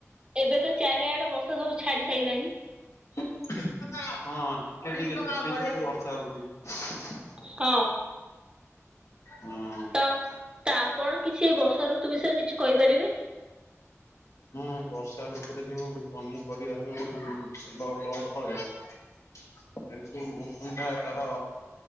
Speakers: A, on the right; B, on the left.
A: ଏବେ ତ ଚାରିଆଡ ବର୍ଷା ସବୁ ଛାଡି ସାଇଲାନି।
B: ହଁ ଟିକେ ଟିକେ ଝିପି ଝିପି ବର୍ଷା ହଉଛି।
A: ହଁ।
B: ହଁ।
A: ତ ତା ଆପଣ କିଛି ବର୍ଷା ଋତୁ ବିଷୟରେ କିଛି କହିପାରିବେ?
B: ହୁ ବର୍ଷା ଋତୁରେ ଯୋଉ ପନିପରିବା ଯୋଉ ଭଲ ଫଳ ଫଳେ ସେ ଯୋଉ ମୌସମ ଟା ତାର